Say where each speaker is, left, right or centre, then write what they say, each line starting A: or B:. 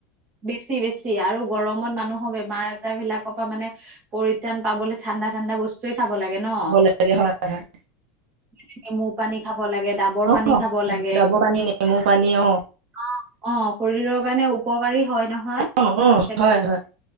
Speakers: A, on the right (about 25°); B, on the right (about 75°).
A: বেছি বেছি আৰু গৰমত মানুহৰ বেমাৰ আজাৰ বিলাকৰ পৰা মানে পৰিত্ৰাণ পাবলৈ ঠাণ্ডা ঠাণ্ডা বস্তুৱে খাব লাগে ন।
B: লাগে হয় হয়
A: যেনেকে নেমুৰ পানী খাব লাগে, ডাবৰ
B: অ
A: পানী খাব লাগে
B: ডাবৰ পানী নেমু পানী অ
A: অ অ শৰীৰৰ কাৰণে উপকাৰী হয় নহয়
B: অ অ
A: সেত-
B: হয় হয়